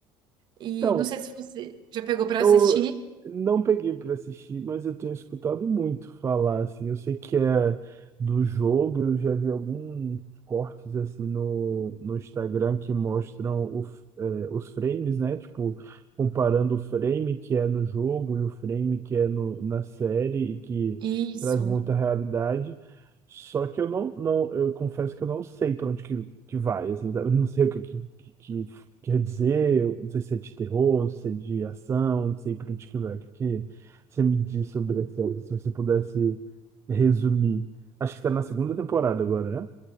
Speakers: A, on the right; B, on the right.
A: E
B: Então,
A: não sei se você já pegou pra
B: eu
A: assistir.
B: não peguei pra assistir, mas eu tenho escutado muito falar, assim. Eu sei que é do jogo, eu já vi alguns cortes, assim, no, no Instagram que mostram o f- eh, os frames, né? Tipo, comparando o frame que é no jogo e o frame que é no, na série e que
A: Isso,
B: traz muita realidade. Só que eu não, não, eu confesso que eu não sei para onde que, que vai. assim, Eu não sei o que, que, que, que quer dizer. Eu não sei se é de terror, não sei se é de ação, não sei para onde que vai. O que, que você me diz sobre essa, se você pudesse resumir. Acho que está na segunda temporada agora, né?